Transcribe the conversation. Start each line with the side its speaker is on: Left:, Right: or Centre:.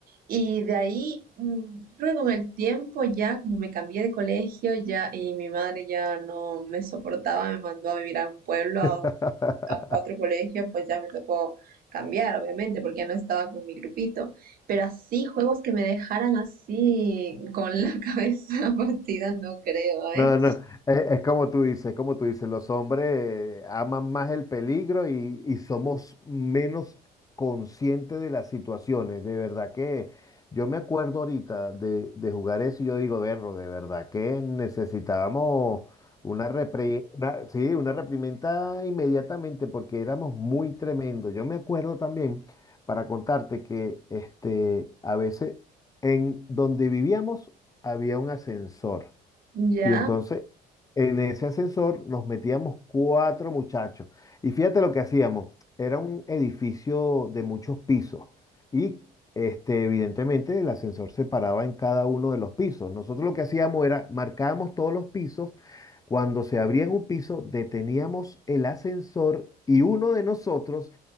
Right: Y de ahí, mm, yo creo que con el tiempo ya, como me cambié de colegio ya y mi madre ya no me soportaba, me mandó a vivir a un pueblo,
Left: <laughs>
Right: a, a a otro colegio, pues ya me tocó cambiar, obviamente, porque ya no estaba con mi grupito. Pero así, juegos que me dejaran así con la <laughs> cabeza partida, no creo,
Left: No,
Right: ¿eh?
Left: no, eh, es, como tú dices, es como tú dices, los hombres eh, aman más el peligro y, y somos menos conscientes de las situaciones. De verdad que yo me acuerdo ahorita de, de jugar eso y yo digo, berro, de verdad que necesitábamos una repri- una- sí, una reprimenda inmediatamente porque éramos muy tremendos. Yo me acuerdo también, para contarte, que este, a veces en donde vivíamos había un ascensor.
Right: Ya.
Left: Y entonces, en ese ascensor nos metíamos cuatro muchachos. Y fíjate lo que hacíamos. Era un edificio de muchos pisos. Y este, evidentemente el ascensor se paraba en cada uno de los pisos. Nosotros lo que hacíamos era marcábamos todos los pisos. Cuando se abría en un piso, deteníamos el ascensor y uno de nosotros